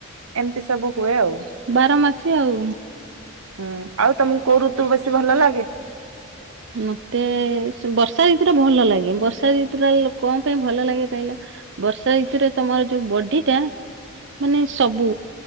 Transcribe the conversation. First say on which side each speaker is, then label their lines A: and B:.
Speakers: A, on the right; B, on the right.
A: ଏମିତି ସବୁ ହୁଏ ଆଉ।
B: ବାର ମାସି ଆଉ।
A: ହୁଁ ଆଉ ତମକୁ କୋଉ ଋତୁ ବେଶୀ ଭଲ ଲାଗେ।
B: ମତେ ଶୁ ବର୍ଷା ଋତୁ ଟା ଭଲ ଲାଗେ ବର୍ଷା ଋତୁ ଟା କଣ ପାଇଁ ଭଲ ଲାଗେ କହିଲ? ବର୍ଷା ଋତୁରେ ତମର ଯୋଉ ବଡି ଟା। ମାନେ ସବୁ